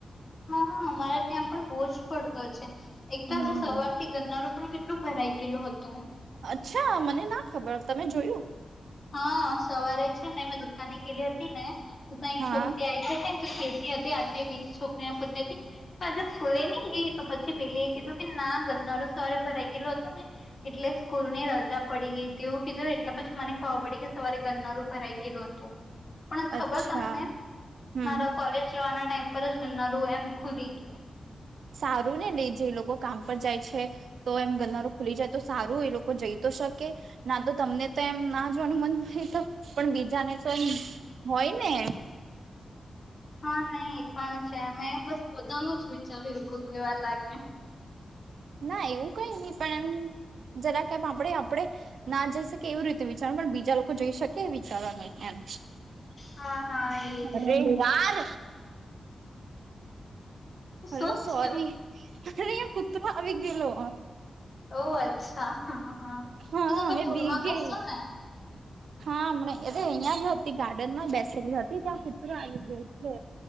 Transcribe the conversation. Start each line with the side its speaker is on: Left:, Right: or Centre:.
Left: હા અમારા ત્યાં પણ બહુ જ પડતો છે, એક તો આજે
Right: હમ
Left: સવાર થી ગરનાળું પણ કેટલું કેટલું ભરાઈ ગેલુ હતું.
Right: અચ્છા મને ના ખબર તમે જોયું.
Left: હા સવારે છે, ને મેં દુકાની ગેલી હતી ને તું કઈ એક
Right: હા
Left: છોકરી આવી હશે ને ત શેતી હતી, આજે એક છોકરી પુછતી હતી, સ્કૂલે ન ગઈ તો પછી પેલી એ કીધું કે ના ગંદનારો સવારે ગે હતો ને એટલે સ્કૂલ ની રજા પડી ગઈ હતી, એવું કીધું એટલે પછી મને ખબર પડી કે સવારે ગરનાળુ ભરાઈ ગયેલું હતું. પણ ખબર
Right: અચ્છા
Left: તમને
Right: હમ
Left: મારા કોલેજ જવાના ટાઈમ પરજ ગરનાળું એમ ખુલ્લી ગયું.
Right: સારું ને લઈ જે એ લોકો કામ પર જાય છે, તો એમ ગંદરો ખુલી જાય તો સારું એ લોકો જઈ તો શકે ના તો તમને તો એમ ના જોવાનું મન મળે તો પણ બીજાને તો એમ હોય ને.
Left: હા નહી એ પણ છે, મે બસ પોતાનું જ વિચાર્યું કહેવા લાગ્યા.
Right: ના એવું કઈ નહી પણ એમ જરા કેમ આપડે આપણે ના જઈ શકીએ, એવી રીતે વિચારવા પણ બીજા લોકો જઈ શકે, એ વિચારવા ન એમ
Left: હા હા એ
Right: અરે યાર હલો
Left: શું
Right: સોરી
Left: થયું
Right: અરે અં કૂતરુ આવી ગયેલો.
Left: ઓ અચ્છા હા હા
Right: હા
Left: તો તમે
Right: મે
Left: ઘરમાં
Right: બી ગઈ
Left: બેસશો ને!
Right: હા હમણાં અહિયા જ હતી ગાર્ડનમાં જ બેસેલી હતી. ત્યાં કુતરો આવી જાય એટલે